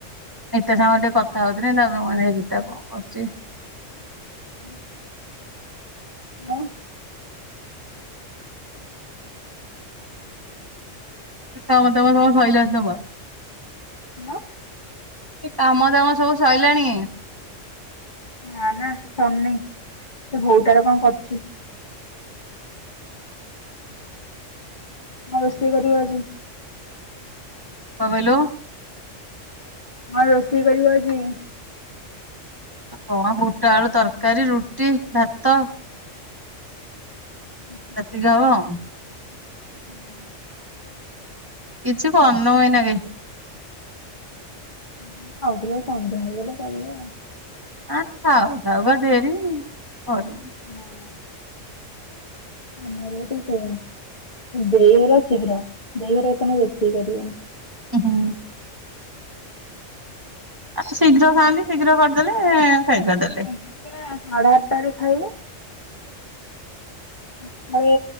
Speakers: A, on the right (about 15°); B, on the left (about 35°).
A: ଗୀତା ସାଙ୍ଗରେ ଟିକେ କଥା ହଉଥିଲି ତାପରେ ମୁଁ କହିଲି ହେଇ ଗୀତା କଣ କରୁଛି?
B: ହୁଁ। ଆଉ?
A: ତମେ ତମ ସବୁ ସଇଲାଣି ତମ
B: କଣ?
A: ଏ କାମ ଦାମ ସବୁ ସଇଲାଣି।
B: ନା ନା ସରନି ସେ ବୋଉ ତାର କଣ କରୁଛି। କଣ ରୋଷେଇ କରିବ ଆଜି?
A: କଣ କଇଲୁ?
B: କଣ ରୋଷେଇ କରିବ ଆଜି?
A: କଣ ବୁଟ ଆଳୁ ତରକାରୀ ରୁଟି ଭାତ।
B: ଉଁ ହୁଁ।
A: <unintelligible>
B: ହୁଁ।
A: କିଛି କାରିନୁ ଏଇନାକେ।
B: ହୁଁ ଆଉ ଟିକେ ସନ୍ଧ୍ୟା ହେଇଗଲେ କରିବ ଆଉ।
A: ଆଁ ଖାଉ ଖାଉ ବା ଡେରି କରିନୁ।
B: ଉଁ ହୁଁ। ଆମର ଗୋଟେ ଦେଇ ଘର ଥିଲା ଦେଇ ଘର ରୋଷେଇ କରିବେନି।
A: ହୁଁ। ଆଉ ସେ ଶୀଘ୍ର ଖାଆନ୍ତି ଶୀଘ୍ର କରିଦେଲେ ଖାଇଖୁଆ ଦେଲେ।
B: ତାଙ୍କର ସାଢେ ଆଠଟାରେ ଖାଇବେ। ସକାଳେ